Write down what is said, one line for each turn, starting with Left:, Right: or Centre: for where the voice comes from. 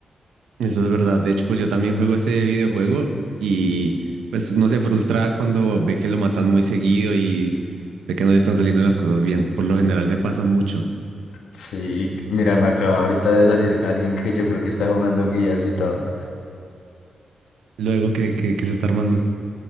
Right: Eso es verdad. De hecho, pues yo también juego ese videojuego y pues uno se frustra cuando ve que lo matan muy seguido y ve que no le están saliendo las cosas bien. Por lo general me pasa mucho.
Left: Sí, mira, me acaba ahorita de salir alguien que yo creo que está jugando guías y todo.
Right: Luego que, que, que se está armando.